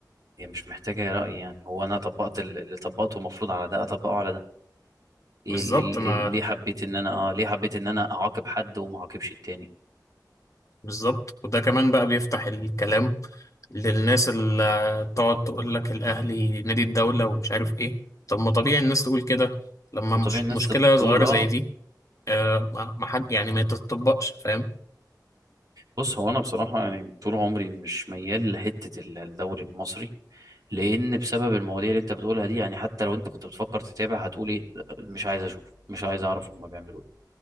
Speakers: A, on the right; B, on the left.
A: هي مش محتاجه رأي يعني هو انا طبقت ال- اللي طبقته المفروض على ده اطبقه على ده ايه
B: بالظبط
A: ال- ال-
B: انا
A: ال- ليه حبيت ان انا اه ليه حبيت ان انا اعاقب حد وما اعاقبش التاني
B: بالظبط وده كمان بقى بيفتح الكلام للناس اللي تقعد تقول لك الأهلي نادي الدولة ومش عارف إيه طب ما طبيعي الناس تقول كده لما
A: وطبيعي
B: مش
A: الناس
B: مشكلة
A: تت- تقول
B: صغيرة
A: اه
B: زي دي آه ما ما حد يعني ما تتطبقش فاهم
A: بص هو انا بصراحه يعني طول عمري مش ميال لحته ال- الدوري المصري لان بسبب المواضيع اللي انت بتقولها دي يعني حتى لو انت كنت بتفكر تتابع هتقول ايه "لأ، مش عايز اشوف مش عايز اعرف هما بيعملوا ايه